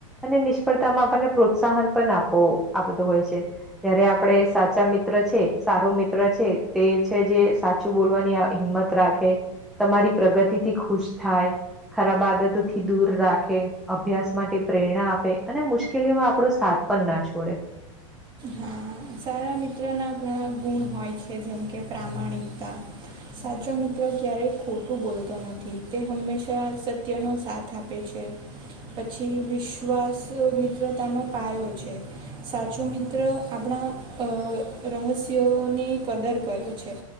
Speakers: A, in the centre; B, on the right.
A: અને નિષ્ફળતામાં આપણને પ્રોત્સાહન પણ આપો આપતો હોય છે. જયારે આપડે સાચા મિત્ર છે સારું મિત્ર છે તે છે જે સાચું બોલવાની આ હિંમત ત રાખે, તમારી પ્રગતિથી ખુશ થાય. ખરાબ આદતોથી દૂર રાખે, અભ્યાસ માટે પ્રેરણા આપે, અને મુશ્કેલીઓમાં આપણો સાથ પણ ના છોડે
B: હા સારા મિત્રના ઘણા ગુણ હોય છે. જેમ કે પ્રામાણિકતા, સાચો મિત્ર ક્યારેય ખોટું બોલતો નથી. તે હંમેશા સત્યનો સાથ. થોડું આપે છે. પછી વિશ્વાસ મિત્રતાનો પાયો છે. સાચો મિત્ર. આપણા અ રહસ્યોની કદર કરે છે.